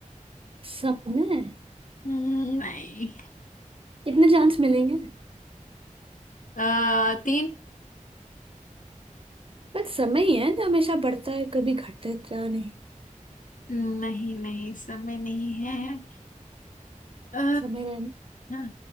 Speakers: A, on the right; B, on the left.
A: समय
B: हम्म, नहीं
A: कितने चांस मिलेंगे
B: आ, तीन
A: पर समय ही है जो हमेशा बढ़ता है कभी घटता नहीं
B: नहीं नहीं समय नहीं है अ,
A: समय रहना
B: हाँ,